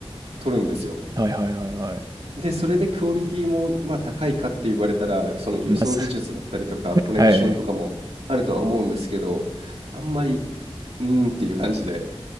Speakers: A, on the right; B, on the right.
A: 取るんですよ。
B: はいはいはいはい。
A: でそれでクオリティもまあ高いかって言われたらその輸送技術だったりとかコネクションとかもあるとは思うんですけどあんまり
B: ま、さはい。
A: うーんっていう感じで